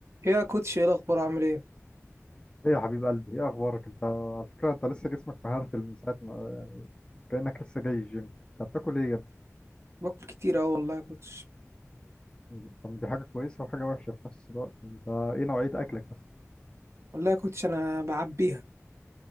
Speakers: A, on the right (about 60°); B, on the left (about 20°).
A: ايه يا كوتش ايه الاخبار عامل ايه
B: ايه يا حبيب قلبي ايه اخبارك انت على فكره انت لسه جسمك مهارت من ساعه ما كانك لسه جاي الجيم انت بتاكل ايه يا
A: باكل كتير اوي والله يا كوتش
B: ابني طب دي حاجه كويسه وحاجه وحشه في نفس الوقت انت ايه نوعيه اكلك بس
A: والله يا كوتش انا بعبيها